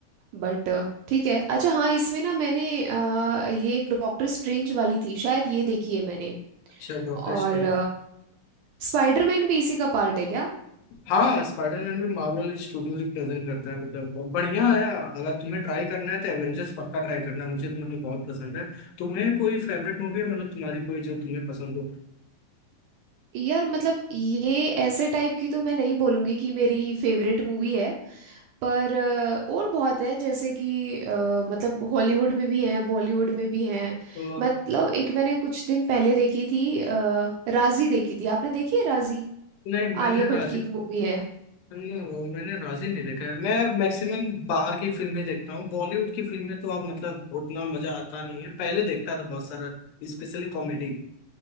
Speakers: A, on the right; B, on the left.
A: बट ठीक है अच्छा हाँ इसमें ना मैंने अ, ये एक डॉक्टर स्ट्रेंज वाली थी शायद ये देखी है मैंने
B: अच्छा डॉक्टर
A: और
B: स्ट्रेंज
A: स्पाइडरमैन भी इसी का पार्ट है क्या
B: हाँ स्पाइडरमैन भी मार्वल स्टूडियो ही प्रेजेंट करता है मतलब बढ़िया है अगर तुम्हें ट्राई करना है तो एवेंजर्स पक्का ट्राई करना मुझे तो मतलब बहुत पसंद है तुम्हें कोई फेवरेट मूवी है मतलब तुम्हारी कोई जो तुम्हें पसंद हो
A: यार मतलब ये ऐसे टाइप की तो मैं नहीं बोलूंगी कि मेरी फेवरेट मूवी है पर अ, और बहुत है जैसे कि अ, मतलब हॉलीवुड में भी हैं बॉलीवुड में भी हैं
B: अ,
A: मतलब एक मैंने कुछ दिन पहले देखी थी आ, राजी देखी थी आपने देखी है राजी
B: नहीं मैंने
A: आलिया भट्ट
B: राजी
A: की एक मूवी है
B: नहीं, मैंने राजी नहीं देखा है मैं मैक्सिमम बाहर की फिल्में देखता हूँ बॉलीवुड की फिल्में तो अब मतलब उतना मजा आता नहीं है पहले देखता था बहुत सारा स्पेशली कॉमेडी